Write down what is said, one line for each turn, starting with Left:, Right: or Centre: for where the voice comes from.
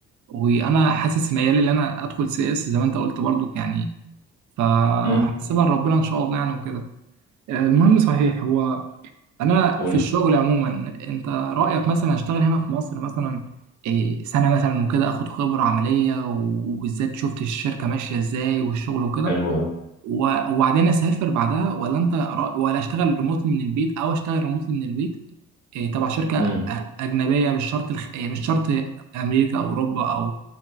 Right: وانا حاسس ميالي ان انا ادخل سي اس زي ما انت قلت برضو يعني فهسيبها
Left: امم
Right: لربنا ان شاء الله يعني وكده آه، المهم صحيح هو انا
Left: يقول
Right: في الشغل
Left: لي
Right: عموما انت رايك مثلا اشتغل هنا في مصر مثلا إيه، سنه مثلا وكده اخد خبره عمليه و- وبالذات شفت الشركه ماشيه ازاي والشغل وكده
Left: حلو قوي
Right: و- وبعدين اسافر بعدها ولا انت رأ- ولا اشتغل ريموتلي من البيت او اشتغل ريموتلي من البيت إيه، تبع شركة
Left: امم
Right: أ- أجنبية مش شرط الخ... إيه، مش شرط أمريكا أو أوروبا أو